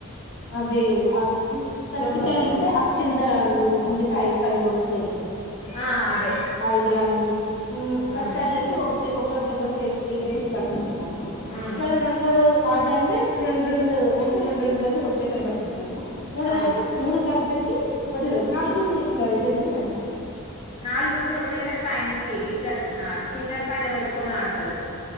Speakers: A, on the left (about 55°); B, on the left (about 25°).
A: అవే అవ్ పచ్చికయాలుంటే
B: దొంగ పోలీసా
A: అక్షిందరాలు అన్ జెపే ఐ ఫైవ్ వస్తాయ్.
B: ఆ అదే
A: ఐద్రల్ని హు ఫస్ట్
B: ఉమ్
A: ఆడేంటూ ఒకట్ ఒకట ఒకటి ఎగరేసి పట్టుకో తము
B: ఉమ్
A: మరి రెండో రోజు ఆడ్ సండర్డ్ రొండ్ రొండు అంటే రొండ్రోడు కలిసి ఒకట్టేసారి బట్టుకొంటుందా మూడుదంటే
B: అవును
A: మూడు కలిపేసి ఓటిసర్వ్ నాలుగోది ఇట్ల జనీయం
B: నాలుగోది ఒకటేసరి పైనికి ఇట్లా దా ఫింగర్ పైన బొట్టుకొని ఆడతారు